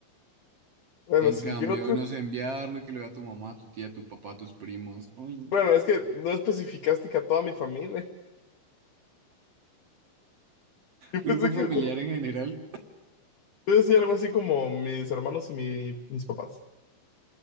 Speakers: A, on the left (about 70°); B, on the right (about 55°).
A: Bueno,
B: En
A: sí,
B: cambio,
A: yo creo,
B: no sé, enviarlo y que lo vea tu mamá, tu tía, tu papá, tus primos. Uy, no.
A: bueno, es que no especificaste que a toda mi familia. <laughs> Yo
B: Grupo
A: pensé
B: familiar
A: que...
B: en general.
A: Yo decía algo así como mis hermanos y mi- mis papás.